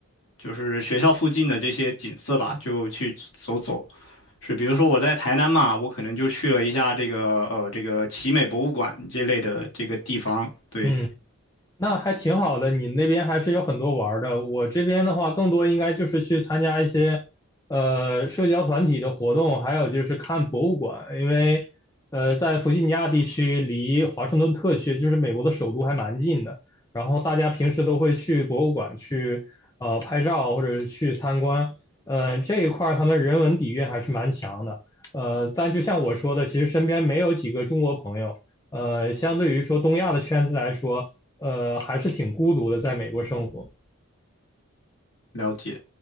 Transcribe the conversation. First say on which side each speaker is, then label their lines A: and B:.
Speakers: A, on the left; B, on the left.
A: 就是学校附近的这些景色吧，就去走走。是，比如说我在台南嘛，我可能就去了一下这个呃这个奇美博物馆这类的这个地方，对，
B: 嗯。那还挺好的，你那边还是有很多玩的。我这边的话，更多应该就是去参加一些，呃，社交团体的活动，还有就是看博物馆。因为，呃，在弗吉尼亚地区，离华盛顿特区，就是美国的首都，还蛮近的。然后大家平时都会去博物馆去，呃，拍照或者是去参观。呃，这一块他们人文底蕴还是蛮强的。呃，但就像我说的，其实身边没有几个中国朋友。呃，相对于说东亚的圈子来说，呃，还是挺孤独的，在美国生活。
A: 了解。